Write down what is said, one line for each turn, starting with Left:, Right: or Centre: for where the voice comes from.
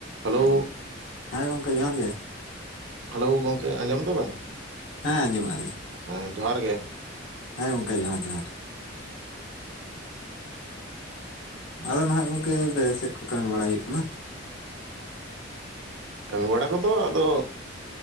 Right: Hello.
Left: ᱦᱮᱸ ᱜᱚᱝᱠᱮ ᱡᱚᱦᱟᱨ ᱜᱮ᱾
Right: ᱦᱮᱞᱳ ᱜᱚᱝᱠᱮ ᱟᱸᱡᱚᱢ ᱮᱫᱟ ᱵᱤᱱ?
Left: ᱦᱮᱸ ᱟᱡᱚᱢ ᱮᱫᱟ ᱞᱤᱧ᱾
Right: ᱦᱮᱸ ᱡᱚᱦᱟᱨ ᱜᱮ᱾
Left: ᱦᱮᱸ ᱜᱚᱝᱠᱮ ᱡᱚᱦᱟᱨ ᱡᱚᱦᱟᱨ᱾ ᱟᱫᱚ ᱱᱟᱦᱟᱜ ᱜᱚᱝᱠᱮ ᱪᱮᱫ ᱠᱚ ᱠᱟᱹᱢᱤ ᱵᱟᱲᱟᱭ ᱦᱩᱭᱩᱜ ᱠᱟᱱᱟ᱾
Right: ᱠᱟᱹᱢᱤ ᱵᱟᱲᱟ ᱠᱚᱫᱚ ᱟᱫᱚ